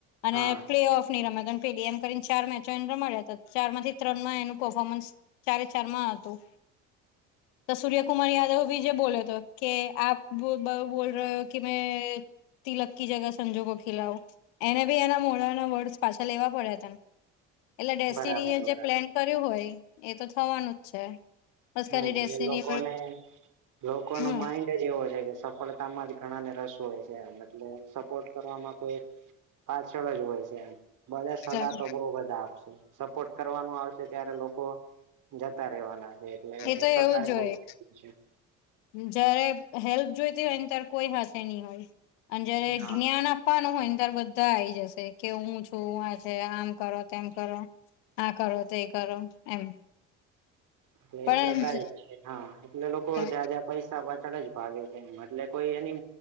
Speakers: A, on the left; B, on the right.
A: અને
B: હા
A: પ્લે ઓફ. ર પે એમ કરીને ચાર મેચોને રમા્યા હતા ચાર માંથી ત્રણ માં એનું પર્ફોર્મન્સ. ચારે ચાર માં હતું તો સૂર્યકુમાર યાદવ બી જે બોલે હતો કે. આપ બ બોલ રહે હો કે મે તિલક ક જગહ સંજોકો ખિલાઓ. એને બી એના મોડાના વર્ડસ પાછા લેવા પડ્યા હતાને. એટલે ડેસ્ટિની
B: બરાબર
A: એ જે
B: બરાબર
A: પ્લેન કર્યું હોય એ તો થવાનું જ છે. બસ
B: હમ
A: ખાલી ડેસ્ટિની
B: એ લોકોને
A: પર
B: લોકો
A: હમ
B: નુ માઇન્ડ. જ એવો છે કે સફળતામાં જ ઘણાને રસ હોય છે એટલે સપોર્ટ કરવામાં કોઈ. પાછળ જ હોય છે એમ બને સલાહ
A: ચાલો.
B: તો બહ બધા આપશે. સપોર્ટ કરવાનું આવશે ત્યારે લોકો જતા રહેવાના છે. એટલે
A: તો
B: એ પ્રકારે
A: એવું જ
B: બહુ
A: હોય
B: છે.
A: જયારે હેલ્પ જોઈતી હોય ને ત્યારે કોઈ હાથે ની હોય અને જયારે
B: હા
A: જ્ઞાન આપ પા નુ હોય ત્યારે બધા આઈ આવી જશે કે હું છું આ છે આમ કરો તેમ કરો. હા કરો તે કરો એમ.
B: એલે એ
A: પણ
B: પ્રકારે જ છે હા એટલે લોકો
A: છે.
B: જ્યાં જ્યાં પૈસા પાછળ જ ભાગે છે. એ એટલે કોઈ એની